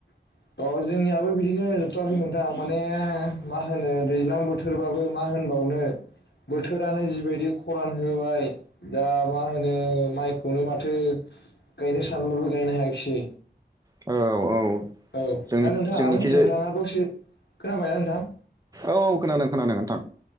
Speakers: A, on the left; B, on the right.
A: अ जोंनियाबो बिदिनो जोबथ'वाखै नोंथां माने मा होनो दैज्लां बोथोरबाबो मा होनबावनो बोथोरानो जिबायदि खरान होबाय दा मा होनो माइखौनो माथो गायनो सानब्लाबो गायनो हायाखिसै।
B: औ औ
A: औ
B: जोंनि
A: दा नोंथां
B: जोंनिखिजाय
A: नोंथाङा दसे खोनाबायना नोंथां?
B: औ औ खोनादों खोनादों नोंथां